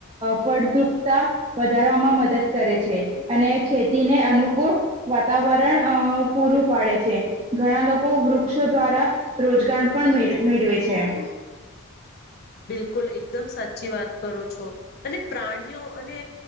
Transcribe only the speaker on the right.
ફળ વધારવામાં મ મદદ કરે છે અને ખેતીને અનુકૂળ વાતાવરણ પૂરું પાડે છે ઘણા લોકો વૃક્ષો દ્વારા રોજગાર પણ મેળવે છે હ